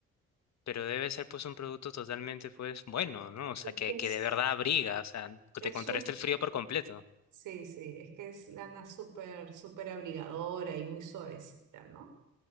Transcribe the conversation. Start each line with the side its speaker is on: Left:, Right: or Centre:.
Left: pero debe ser pues un producto totalmente pues bueno, ¿no? O sea,
Right: Es
Left: que,
Right: que es,
Left: que de verdad abriga, o sea,
Right: es
Left: te contrarresta
Right: su-
Left: el frío por completo.
Right: Sí, sí, es que es lana súper, súper abrigadora y muy suavecita, ¿no?